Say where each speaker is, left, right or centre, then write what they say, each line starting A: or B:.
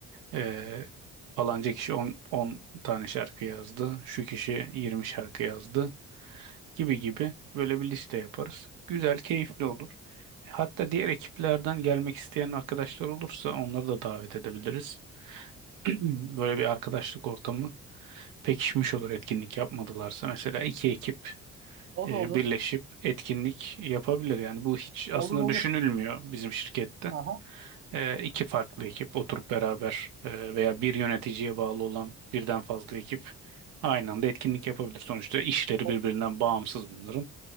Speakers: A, on the right (about 90°); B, on the right (about 45°).
A: eee falanca kişi 10, 10 tane şarkı yazdı. Şu kişi 20 şarkı yazdı gibi gibi böyle bir liste yaparız. Güzel, keyifli olur. Hatta diğer ekiplerden gelmek isteyen arkadaşlar olursa onları da davet edebiliriz. <clears throat> Böyle bir arkadaşlık ortamı pekişmiş olur etkinlik yapmadılarsa. Mesela iki ekip
B: O
A: e,
B: da olur.
A: birleşip etkinlik yapabilir. Yani bu hiç aslında
B: Olur olur.
A: düşünülmüyor bizim şirkette.
B: Aha.
A: E, iki farklı ekip oturup beraber e, veya bir yöneticiye bağlı olan birden fazla ekip aynı anda etkinlik yapabilir. Sonuçta işleri
B: O
A: birbirinden bağımsız bunların.